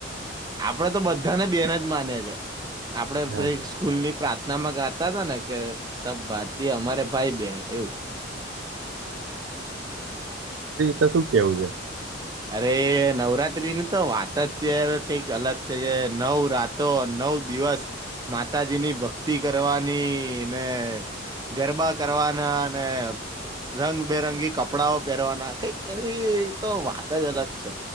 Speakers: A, on the right; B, on the right.
A: આપડે તો બધાને બેન જ માનીએ છે. આપડે
B: હા
A: પેલી સ્કૂલની પ્રાર્થનામાં ગાતા, હતા, ને કે સબ ભારતીય હમારે ભાઈ બહેન એવુ
B: તો શું કેવું છે.
A: અરે નવરાત્રીની તો વાત જ છે, અવે કઈક અલગ છે, કે નવ રાતો નવ નવ દિવસ માતાજીની, ભક્તિ ભક્તિ કરવાની, ને ગરબા કરવાના ને રંગબેરગી કપડાઓ પહેરવાના, કઈક એની તો વાત જ અલગ છે.